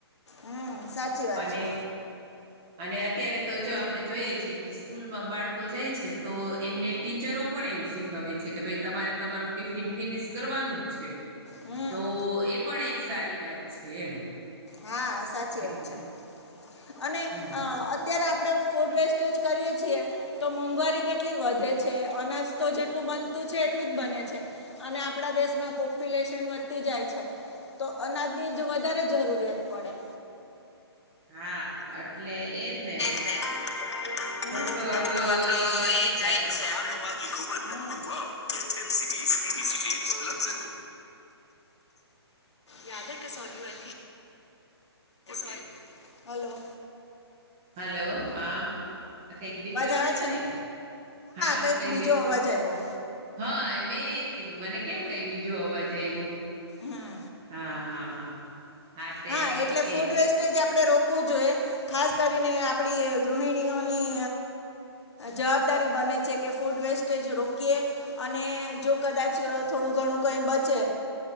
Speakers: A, on the left; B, in the centre.
A: હમ સાચી વાત
B: અને
A: છે.
B: અને અત્યારે તો જો આપણે જોઈએ છેએ કે સ્કૂલમાં બાળકો જાય છે તો એમને ટીચરો પણ એવું શીખવે છે કે ભાઈ તમારે તમારું ટિફિન ફિનિશ કરવાનું જ છે.
A: હમ
B: તો એ પણ એક સારી વાત છે એમ.
A: હા સાચી
B: એટલે
A: વાત છે. અને
B: હમ
A: અ અત્યારે આપણે ફૂડ વેસ્ટેજ કરીયએ છીએ. તો મોંઘવારી કેટલી વધે છે અનાજ તો જેટલું બનતું છે એટલું જ બને છે. અને આપણા દેશમાં પોપ્યુલેશન વધતી જાય છે તો અનાજની વધારે જરૂરિયાત કડ
B: હા એટલે એજ ને
A: આપડો
B: ખોટો
A: એ
B: આપડો જાય
A: જાય
B: છે આપડે
A: છે. <inaudible>
B: હમ.
A: યાદે કસોલી વા હલો.
B: હલો હા. કઈક બીચ અવાજ
A: આવે છે
B: આવી
A: ને
B: હા
A: કંઈક
B: કઈ
A: બીજો
B: બીચ.
A: અવાજ આવ્યો
B: હા મેં એજ કીધું મને કેમ કઈ બીજો અવાજ આવ્યો.
A: હમ
B: હા હા હા. તે
A: હા એટલે
B: એજ
A: ફૂડ વેસ્ટ. આપણે રોકવું જોઈએ ખાસ કરીને આપડી ગૃહિણીઓની. જવાબદારી બને છે કે ફૂડ વેસ્ટેજ રોકીએ. અને જો કદાચ થોડું ઘણું કઈ બચે.